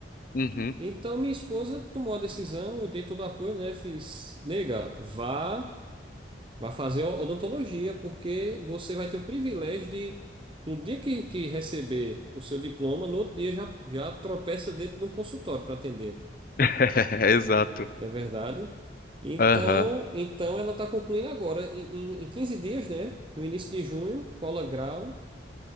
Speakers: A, on the left; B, on the right.
A: Uhum.
B: Então minha esposa tomou a decisão, eu dei todo o apoio, né? Fiz, nega, vá, vá fazer odontologia, porque você vai ter o privilégio de, no dia que, que receber o seu diploma, no outro dia já, já tropeça dentro de um consultório para atender.
A: <laughs> Exato.
B: não é verdade? Então,
A: Aham.
B: então ela está concluindo agora, em, em em 15 dias, né? No início de junho, cola grau.